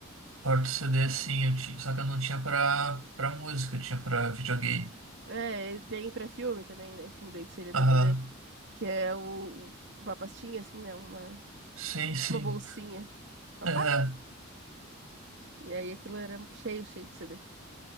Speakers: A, on the right (about 85°); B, on the right (about 55°).
A: Porta CD sim, eu tinha, só que eu não tinha pra, pra música, eu tinha pra videogame.
B: É, e tem pra filme também, né? Enfim, daí seria
A: Aham,
B: DVD, que é o, o- uma pastinha, assim, né? Uma,
A: sim, sim.
B: tipo uma bolsinha, uma
A: É,
B: pasta. E aí aquilo era cheio, cheio de CD.